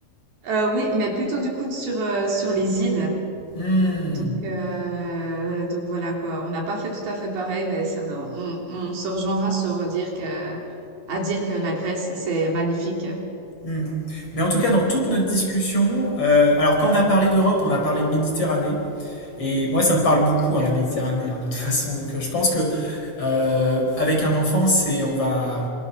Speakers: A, on the right; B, on the left.
A: euh, oui, mais plutôt du coup sur, euh, sur les îles.
B: Hmm,
A: Donc, euh, donc voilà quoi. On n'a pas fait tout à fait pareil, mais c'est vrai, on, on se rejoindra sur dire que, à dire que la Grèce, c'est magnifique.
B: hmm. Mais en tout cas, dans toute notre discussion, euh, alors quand on a parlé d'Europe, on a parlé Méditerranée. Et moi, ça me parle beaucoup, hein, la Méditerranée, hein, de toute <laughs> façon. Donc, euh, je pense que euh, avec un enfant, c'est on va